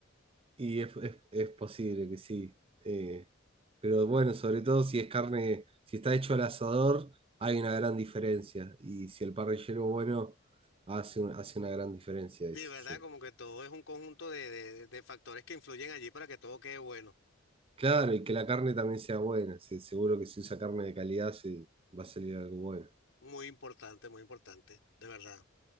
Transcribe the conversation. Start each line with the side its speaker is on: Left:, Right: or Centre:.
Right: Y es, es- es posible que sí. eh, pero bueno, sobre todo si es carne, si está hecho al asador, hay una gran diferencia. Y si el parrillero bueno hace, un- hace una gran diferencia eso,
Left: Sí, ¿verdad?
Right: sí.
Left: Como que todo es un conjunto de, de de factores que influyen allí para que todo quede bueno.
Right: Claro, y que la carne también sea buena. sí, seguro que si usa carne de calidad se va a salir algo bueno.
Left: Muy importante, muy importante, de verdad.